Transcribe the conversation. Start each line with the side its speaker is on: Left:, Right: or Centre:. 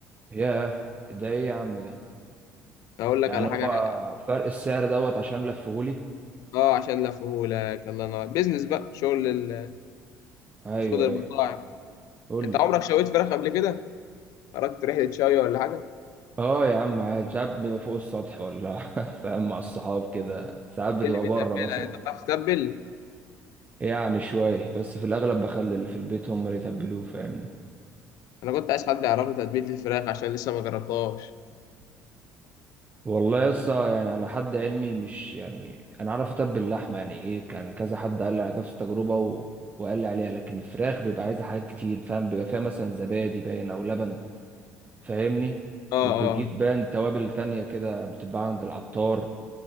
Right: ياه ده ايه يا عم ده
Left: هقول لك
Right: يعني
Left: على حاجة
Right: هو
Left: رايقة
Right: فرق السعر دوت عشان لفهولي
Left: اه عشان لفهولك الله ينور بيزنس بقى شغل ال...
Right: ايوه
Left: شغل المطاعم
Right: ايوه قول
Left: انت
Right: لي
Left: عمرك شويت فراخ قبل كده؟ خرجت رحلة شوي ولا حاجة؟ <laughs>
Right: اه يا عم عادي ساعات بيبقى فوق السطح ولا <laughs> فاهم مع الصحاب كده ساعات بتبقى
Left: مين اللي بيتبلها؟
Right: بره مثلا
Left: انت بتعرف تتبل؟
Right: يعني شوية بس في الأغلب بخلي اللي في البيت هم اللي يتبلوه فاهمني
Left: انا كنت عايز حد يعرفني تتبيلة الفراخ عشان لسه ما جربتهاش
Right: والله يسا يعني على حد علمي مش يعني أنا أعرف أتبل لحمة يعني إيه كان كذا حد قال لي على نفس التجربة و... وقال لي عليها لكن الفراخ بيبقى عايزة حاجات كتير فاهم بيبقى فيها مثلا زبادي باين أو لبن فاهمني
Left: اه
Right: وبتجيب
Left: اه
Right: باين توابل تانية كده بتتباع عند العطار